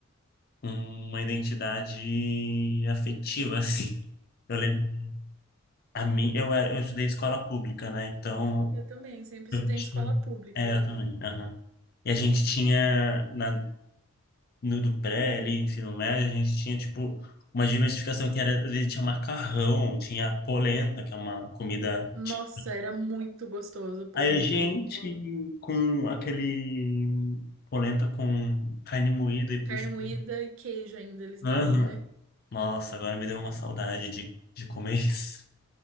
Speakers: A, on the left; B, on the right.
A: uma identidade afetiva, <laughs> assim. Eu lembro, a mim, eu, era- eu estudei escola pública, né? Então,
B: Eu também, sempre estudei
A: eu tinha.
B: em escola pública.
A: É, eu também. aham. E a gente tinha, na, no do pré, ali, ensino médio, a gente tinha, tipo, uma diversificação que era, às vezes, tinha macarrão, tinha polenta, que é uma comida
B: Nossa,
A: típica
B: era muito gostoso a polenta
A: Aí a gente
B: da escola.
A: com aquele polenta com carne moída e por
B: Carne
A: cima.
B: moída e queijo ainda eles davam,
A: Aham.
B: né?
A: Nossa, agora me deu uma saudade de, de comer <laughs> isso.